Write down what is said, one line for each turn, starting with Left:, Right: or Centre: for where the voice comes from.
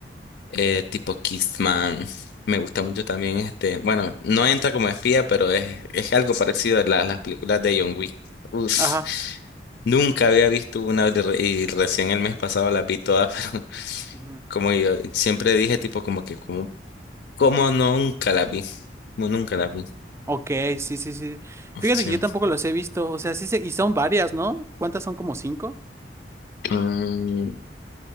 Left: eh, tipo Kissman. Me gusta mucho también este. Bueno, no entra como espía, pero es, es algo parecido a la- las películas de John Wick. Uf,
Right: Ajá.
Left: nunca había visto una de re- y recién el mes pasado las vi todas, <laughs> pero
Right: Ujú.
Left: como yo siempre dije, tipo, como que como, como nunca las vi. Como nunca las vi.
Right: Ok, sí, sí, sí. Fíjate
Left: Sí.
Right: que yo tampoco los he visto. O sea, sí se... Y son varias, ¿no? ¿Cuántas son? ¿Como cinco?
Left: Mm,